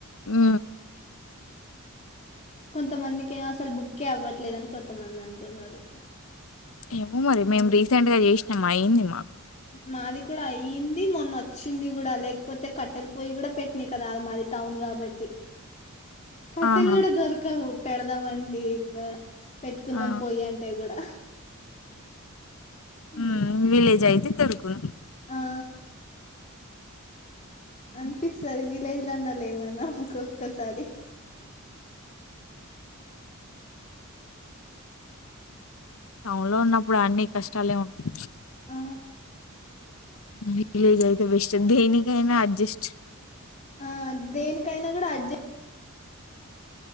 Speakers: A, on the left (about 70°); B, on the left (about 30°).
A: ఆ
B: కొంతమందికి అసలు బుక్కే అవ్వట్లేదని కొంతమంది అంటున్నారు
A: ఏమో మరి
B: మ్మ్.
A: మేం రీసెంట్ గా చేసినాం అయ్యింది
B: మాది కూడా అయింది మొన్న వచ్చింది కూడా లేకపోతే కట్టెల పోయి కూడా పెట్టినీకు రాదు అది టౌన్ కాబట్టి కట్టెలు
A: ఆహా
B: కూడా దొరకవు పెడదామండి ఇక పెట్టుకుందం
A: ఆ
B: పోయి అంటే కూడా
A: హ
B: మ్మ్.
A: విలేజ్ అయితే దొరుకు
B: ఆ
A: దొరుకును
B: అనిపిస్తుంది విలేజ్ లో అన్నా లే ఏమన్నామ్కు ఒకొకసారి
A: టౌన్ లో ఉన్నప్పుడు అన్ని కష్టాలే ఉంటాయి
B: ఆ
A: విలేజ్ అయితే బెస్ట్ దేనికైనా అడ్జెస్ట్
B: ఆ దేనికైనా కూడా అడ్జె